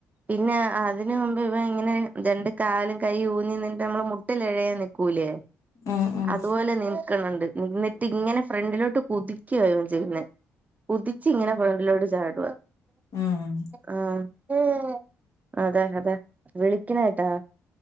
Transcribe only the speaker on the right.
പിന്നെ അതിന് മുമ്പ് ഇവൻ ഇങ്ങനെ രണ്ട് കാലും കൈയ്യും ഊന്നി നിന്നിട്ട് നമ്മള് മു ട്ടിലെഴയാൻ നിക്കൂലേ
അതുപോലെ നിൽക്ക്ന്ന്ണ്ട് നിന്നിട്ട് ഇങ്ങനെ ഫ്രണ്ടിലോട്ട് കുതിക്കുവാ ഇവൻ ചെയ്യുന്നെ കുതിച്ചിങ്ങനെ ഫ്രണ്ടിലോട്ട് ചാടുവാ
ആഹ് അതെ അതെ വിളിക്കണ കേട്ടാ?